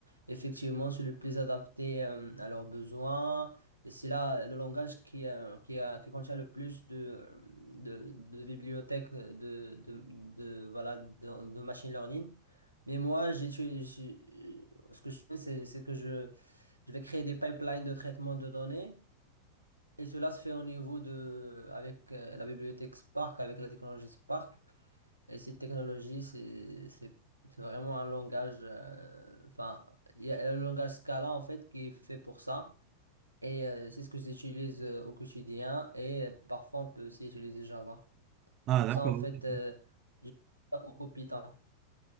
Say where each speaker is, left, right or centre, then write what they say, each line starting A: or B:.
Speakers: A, on the right; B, on the right.
A: effectivement, c'est le plus adapté euh, à leurs besoins. Et c'est là le langage qui, euh, qui, a, qui contient le plus de, de, de bibliothèques de, de, de, voilà, de, de machine learning. Mais moi, j'utilise, ce que je fais, c'est c'est que je, je vais créer des pipelines de traitement de données. Et cela se fait au niveau de, avec euh, la bibliothèque Spark, avec la technologie Spark. Et cette technologie, c'est c'est- c'est vraiment un langage, euh, enfin, il y a le langage Scala en fait qui est fait pour ça. Et euh, c'est ce que j'utilise euh, au quotidien. Et euh, parfois, on peut aussi utiliser Java.
B: Ah,
A: Et pour
B: d'accord.
A: ça, en fait,
B: ok.
A: euh, j'utilise pas beaucoup Python.